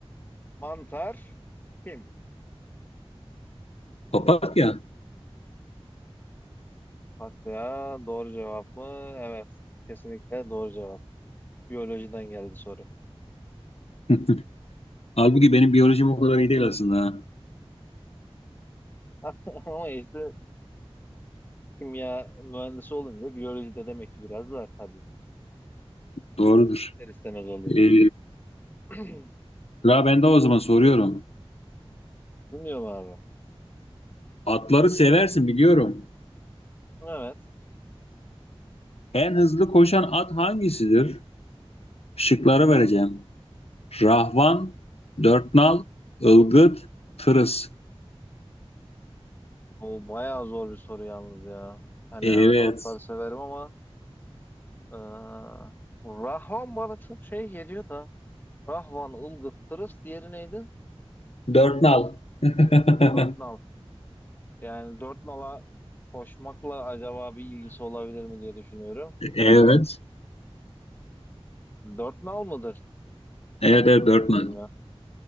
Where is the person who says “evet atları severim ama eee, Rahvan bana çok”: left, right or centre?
Left